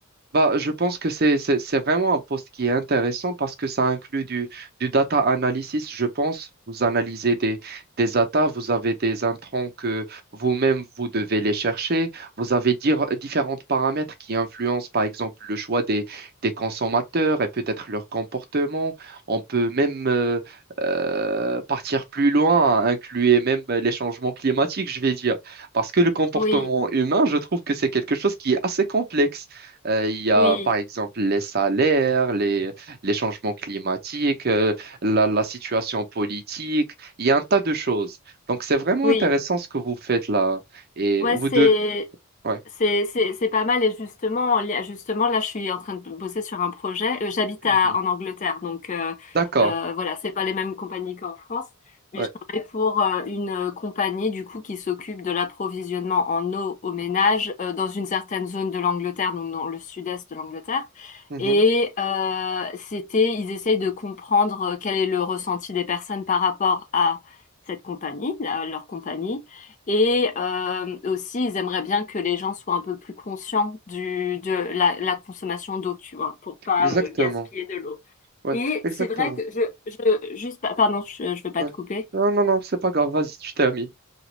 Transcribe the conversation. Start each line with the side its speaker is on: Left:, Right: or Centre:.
Right: Bah, je pense que c'est, c'est, c'est vraiment un poste qui est intéressant parce que ça inclut du, du data analysis, je pense. Vous analysez des, des data, vous avez des intrants que vous-même, vous devez les chercher. Vous avez dire, différents paramètres qui influencent, par exemple, le choix des, des consommateurs et peut-être leur comportement. On peut même euh, euh, partir plus loin, inclure même les changements climatiques, je vais dire. Parce que le comportement
Left: Oui,
Right: humain, je trouve que c'est quelque chose qui est assez complexe. Euh, il y a
Left: oui,
Right: par exemple les salaires, les, les changements climatiques, euh, la, la situation politique. Il y a un tas de choses. Donc c'est vraiment
Left: oui.
Right: intéressant ce que vous faites là. Et
Left: Ouais,
Right: vous
Left: c'est
Right: devez... Ouais.
Left: c'est c'est c'est pas mal et justement li- justement là je suis en train de bosser sur un projet. Euh, J'habite
Right: Mhm.
Left: à en Angleterre donc euh,
Right: D'accord.
Left: euh, voilà c'est pas les mêmes compagnies qu'en France, mais
Right: Ouais.
Left: je travaille pour euh, une euh, compagnie du coup qui s'occupe de l'approvisionnement en eau aux ménages euh, dans une certaine zone de l'Angleterre donc dans le sud-est de l'Angleterre
Right: Mhm.
Left: et euh, c'était ils essayent de comprendre euh, quel est le ressenti des personnes par rapport à cette compagnie, à leur compagnie et euh, aussi, ils aimeraient bien que les gens soient un peu plus conscients du, de la, la consommation d'eau, tu vois, pour pas
Right: Exactement.
Left: euh, gaspiller de l'eau.
Right: Ouais.
Left: Et
Right: Exactement.
Left: c'est vrai que je, je juste, pa- pardon, je, je veux pas
Right: Ouais.
Left: te couper.
Right: Non, non, non, c'est pas grave. Vas-y, tu termines.